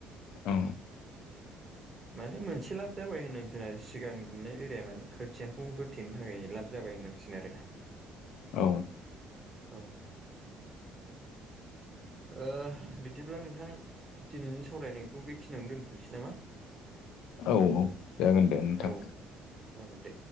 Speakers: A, on the left (about 80°); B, on the right (about 30°).
A: औ
B: माने मोनसे लाब जाबाय होननांसिगोन आरो सिगां दुमनाय बेराया माने खोथियाखौ होथेनो थाखाय लाब जाबाय होननां सिगोन आरो
A: औ
B: औ ओ बिदिब्ला नोंथां दिनैनि सावरायनायखौ बेखिनियावनो दोनथ'नोसै नामा? <inaudible>
A: औ औ जागोन दे नोंथां।
B: औ ओं दे